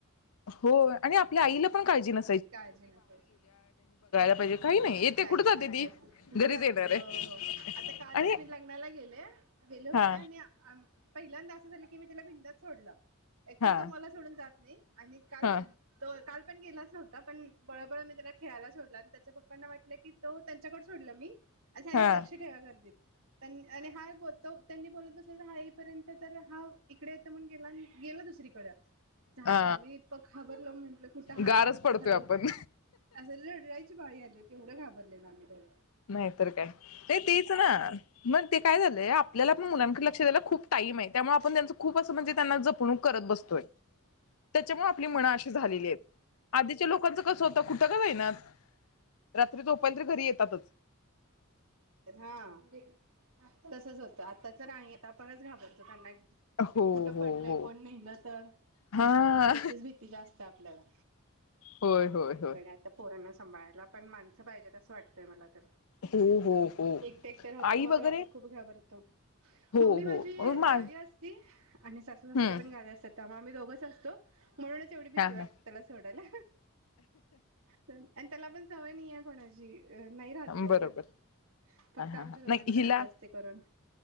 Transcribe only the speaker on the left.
हो आणि आपल्या आईला पण काळजी नाही.
पाहिजे काही नाही येते
कुठे जाते
ती
घरीच
येणार
आहे
आणि
हा
हा
हा
हा
अ
गारच
पडतोय
आपण
नाहीतर काय, ते तेच ना मग ते काय झालंय आपल्याला पण मुलांकडे लक्ष द्यायला खूप टाइम आहे त्यामुळे आपण त्यांच खूप असं म्हणजे त्यांना जप फोन करत बसतोय. त्याच्यामुळे आपली मन अशी झालेली आहेत, आधीच्या लोकांच कस होतं, कुठं का जाईना रात्री झोपायला तरी घरी येतातच.
हो
हो
हो
हा
होय होय
होय
हो हो हो
आई
वगैरे
हो
हो
मा
हम्म
हा हा
बरोबर
हा
हा
नाही हिला,